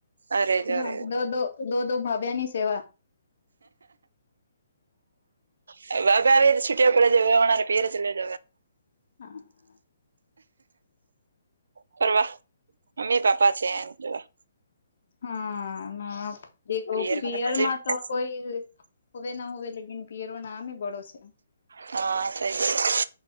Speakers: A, on the right (about 70°); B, on the left (about 65°).
A: અરે
B: મજા
A: જોરે
B: દો દો દો દો ભાભ્યા ની સેવા
A: હ વાા આવી છુટિયા પડે જરે પેર જ લેજ
B: હા હા
A: ફવા મમ્મી પાપા છે એને જોવા
B: હા
A: પિયર
B: પયરમાં
A: માં મજા મજા
B: તો કોઈ હવે ના હોવે લકન પરો નામ એ બડો છે
A: હા સઈ ગલ